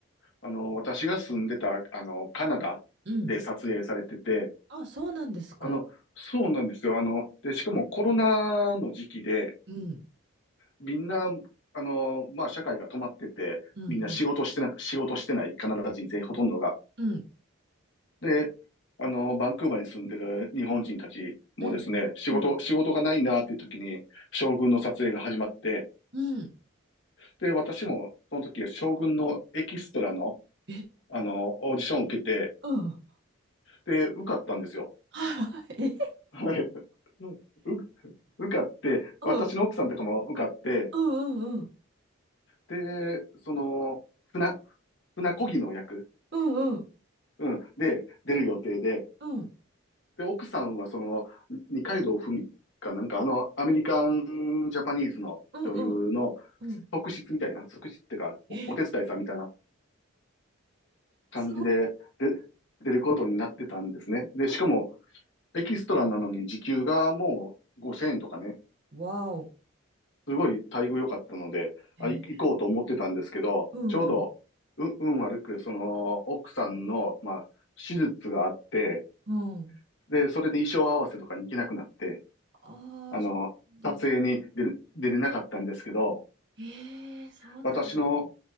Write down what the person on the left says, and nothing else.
あの、私が住んでた、あの、カナダで撮影されてて、
あの、そうなんですよ。あの、で、しかもコロナの時期で、
みんな、あの、まあ、社会が止まってて、
みんな仕事してなく、
仕事してないカナダ人全員ほとんどが。
で、あの、バンクーバーに住んでる日本人たちもですね、
仕事、
仕事がないなっていう時に、将軍の撮影が始まって、
で、私もその時は将軍のエキストラの、
あの、オーディションを受けて、
で、受かったんですよ。
<laughs> はい。うんう受かって、
私の奥さんとかも受かって、
で、その、船、船漕ぎの役、
うん、で、出る予定で、
で、奥さんはその、二階堂ふみかなんか、あの、アメリカンジャパニーズの女優の
側室みたいな、側室ってか、お、
お手伝いさんみたいな感じで、
で、出ることになってたんですね。で、しかも、
エキストラなのに時給がもう5000円とかね、
すごい待遇良かったので、
あ、い行こうと思ってたんですけど、
ちょうど、
う、運悪く、その、奥さんの、まあ、手術があって、
で、それで衣装合わせとかに行けなくなって、
あの、
撮影に出る出れなかったんですけど、
私の